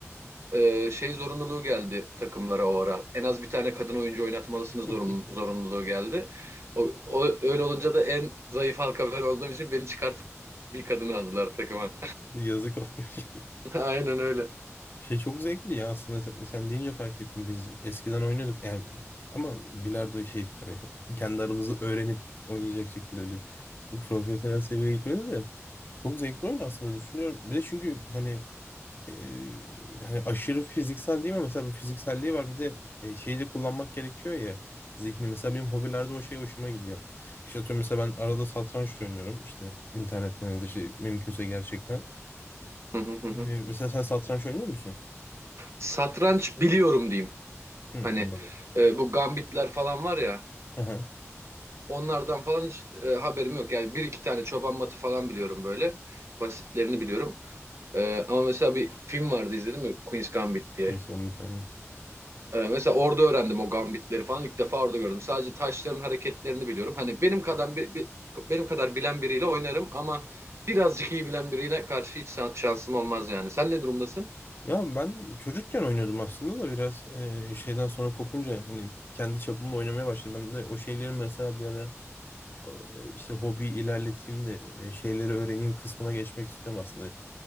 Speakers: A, on the right; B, on the left.
A: Ee, şey zorunluluğu geldi takımlara o ara. En az bir tane kadın oyuncu oynatmalısınız
B: <laughs>
A: zorun- zorunluluğu geldi. O, o- öyle olunca da en zayıf halka ben olduğum için beni çıkartıp bir kadın aldılar takıma.
B: Yazık olmuş. <laughs>
A: <laughs> Aynen öyle.
B: Şey çok zevkli ya aslında sen, sen deyince fark ettim biz eskiden oynuyorduk yani ama bilardo şey hani kendi aramızda öğrenip oynayacak şekilde öyle profesyonel seviyeye gitmedi de çok zevkli oyun aslında düşünüyorum. Bir de çünkü hani e, hani aşırı fiziksel değil mi mesela bir fizikselliği var bir de e, şeyi de kullanmak gerekiyor ya zihni mesela benim hobilerde o şey hoşuma gidiyor. İşte atıyorum mesela ben arada satranç da oynuyorum işte internetten ya da şey mümkünse gerçekten.
A: <laughs>
B: E, mesela sen satranç oynuyor musun?
A: Satranç biliyorum diyeyim.
B: Hı,
A: Hani
B: anladım.
A: e, bu gambitler falan var ya.
B: Aha,
A: Onlardan falan hiç e, haberim yok. Yani bir iki tane çoban matı falan biliyorum böyle. Basitlerini biliyorum. E, ama mesela bir film vardı izledim ya Queen's Gambit diye.
B: Müzisyen bir tane.
A: E, mesela orada öğrendim o gambitleri falan. İlk defa orada gördüm. Sadece taşların hareketlerini biliyorum. Hani benim kadar bi- bi- benim kadar bilen biriyle oynarım ama birazcık iyi bilen birine karşı hiç şan- şansım olmaz yani. Sen ne durumdasın?
B: Ya ben çocukken oynuyordum aslında da biraz e, şeyden sonra kopunca hani kendi çapımda oynamaya başladım. Ben de o şeyleri mesela bir ara e, işte hobi ilerleteyim de e, şeyleri öğreneyim kısmına geçmek istiyorum aslında.